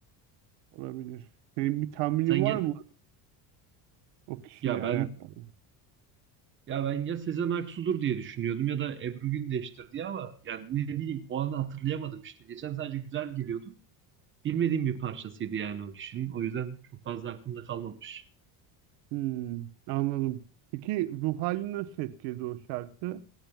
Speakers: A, on the right (about 70°); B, on the right (about 30°).
A: Olabilir. Senin bir tahminin
B: Sen
A: var
B: gel
A: mı o kişiyle
B: ya ben
A: alakalı?
B: ya ben ya Sezen Aksu'dur diye düşünüyordum ya da Ebru Gündeş'tir diye ama yani ne bileyim o anı hatırlayamadım işte. Geçen sadece güzel geliyordu. Bilmediğim bir parçasıydı yani o kişinin. O yüzden çok fazla aklımda kalmamış.
A: Hmm, anladım. Peki ruh halini nasıl etkiledi o şarkı?